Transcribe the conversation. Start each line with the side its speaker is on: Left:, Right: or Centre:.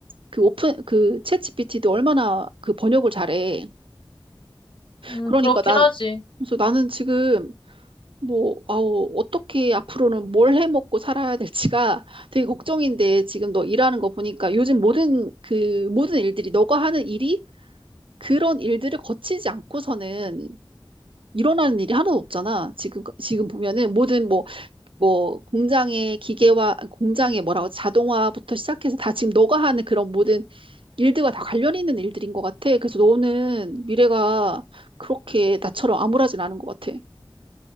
Right: 그 오픈 그 챗GPT도 얼마나 그 번역을 잘해.
Left: 음,
Right: 그러니까
Left: 그렇긴
Right: 난
Left: 하지.
Right: 그래서 나는 지금 뭐 아우 어떻게 앞으로는 뭘 해먹고 살아야 될지가 되게 걱정인데 지금 너 일하는 거 보니까 요즘 모든 그 모든 일들이 너가 하는 일이 그런 일들을 거치지 않고서는 일어나는 일이 하나도 없잖아. 지금 지금 보면은 모든 뭐 뭐 공장의 기계와 공장의 뭐라고 자동화부터 시작해서 다 지금 너가 하는 그런 모든 일들과 다 관련 있는 일들인 것 같아. 그래서 너는 미래가 그렇게 나처럼 암울하진 않은 것 같아.